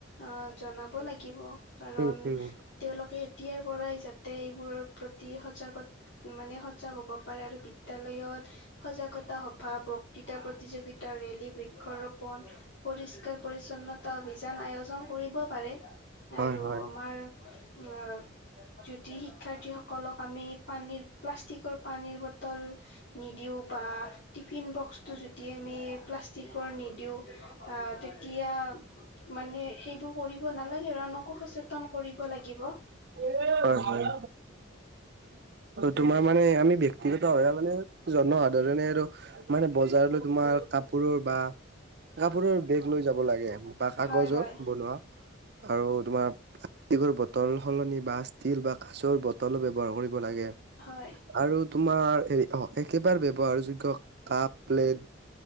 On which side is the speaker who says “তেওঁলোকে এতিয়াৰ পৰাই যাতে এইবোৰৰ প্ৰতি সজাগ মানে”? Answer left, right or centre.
Left